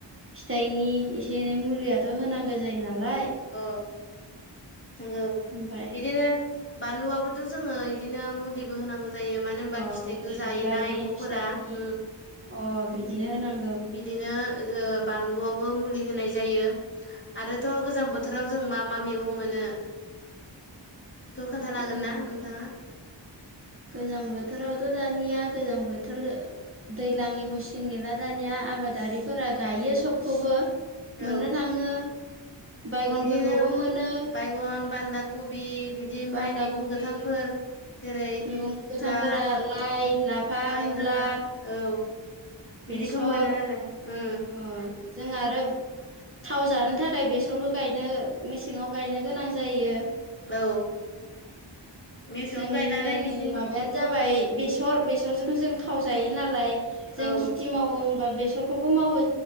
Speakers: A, on the right (about 30°); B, on the left (about 25°).
A: फिथाइनि एसे एनै मुलियाथ' होनांगौ जायो नालाय
B: अ नंगौ
A: ओमफ्राय
B: बिदिनो बानलुआबोथ' जोङो इदिनो मुलिबो होनांगौ जायो मान <unintelligible> होनबा
A: अ
B: फिथाइखौ
A: मुलि
B: जायोना
A: बिबारनि
B: एम्फौफोरा
A: फिथाइनि
B: ओ
A: अ बिदिनो होनांगौ
B: बिदिनो बानलुआवबो मुलि होनाय जायो आरोथ' गोजां बोथोर मा मा मैगं मोनो बेखौ खोन्थानो हागोन
A: गोजां
B: ना नोंथाङा?
A: गोजां बोथोरावथ' दानिया गोजां बोथोर दैज्लांनिखौ सिन गैला दानिया आबादारिफोरा गायो सबखौबो मोननो
B: औ
A: थाङो बायगनफोरखौबो
B: बिदिनो
A: मोनो
B: बायगन बान्दा कबि बिदि ओमफ्राय
A: बान्दा
B: मैगं
A: कबि
B: गोथांफोर जेरै
A: मैगं
B: मुला
A: गोथांफोरा लाइ लाफा
B: लाइ
A: मुला
B: लाफा औ बिदिखौ
A: बेसर
B: मोनो आरो ओ
A: अ जों आरो थाव जानो थाखाय बेसरबो गायनो मेसेङाव गायनो गोनां जायो।
B: औ मेसेङाव
A: जोंनि
B: गायनानै
A: मेन
B: बिदिनो
A: माबायानो जाबाय बेस बेसरजों जों थाव जायो नालाय
B: औ
A: जों खेथि मावो होमबा बेसरखौ बेसरबो मावो